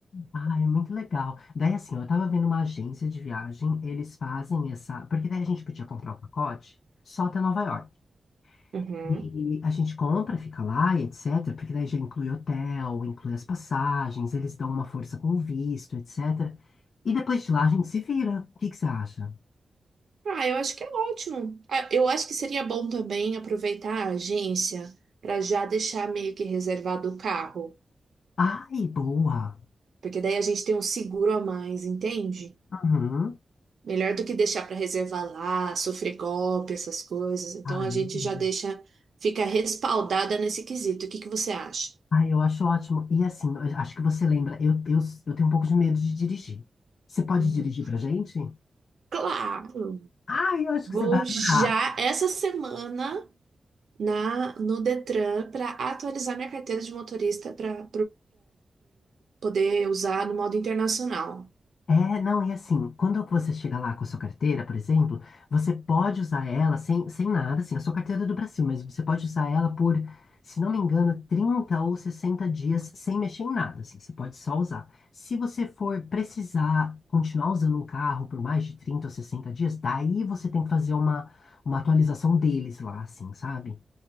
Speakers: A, on the left; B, on the right.
A: Ai, muito legal. Daí, assim, ó, eu tava vendo uma agência de viagem, eles fazem essa. Porque daí a gente podia comprar o pacote só até Nova York.
B: Uhum.
A: E a gente compra, fica lá e etc, porque daí já inclui hotel, inclui as passagens, eles dão uma força com o visto, etc. E depois de lá a gente se vira. O que que você acha?
B: Ah, eu acho que é ótimo. Ah, Eu acho que seria bom também aproveitar a agência para já deixar meio que reservado o carro,
A: Ai, boa.
B: porque daí a gente tem um seguro a mais, entende?
A: Uhum.
B: Melhor do que deixar para reservar lá, sofrer golpe, essas coisas. Então
A: Ai,
B: a gente
A: uhum.
B: já deixa, fica respaldada nesse quesito. O que que você acha?
A: ai, eu acho ótimo. E assim, eu acho que você lembra, eu, eu, eu tenho um pouco de medo de dirigir. Você pode
B: Uhum.
A: dirigir pra gente?
B: Claro,
A: Ai, eu acho
B: vou
A: que você vai adorar.
B: já essa semana. na no Detran para atualizar minha carteira de motorista para poder usar no modo internacional.
A: É, não, e assim, quando você chega lá com a sua carteira, por exemplo, você pode usar ela sem, sem nada, assim, a sua carteira é do Brasil mesmo, você pode usar ela por, se não me engano, 30 ou 60 dias sem mexer em nada, assim, você pode só usar. Se você for precisar continuar usando um carro por mais de 30 ou 60 dias, daí você tem que fazer uma, uma atualização deles lá, assim, sabe?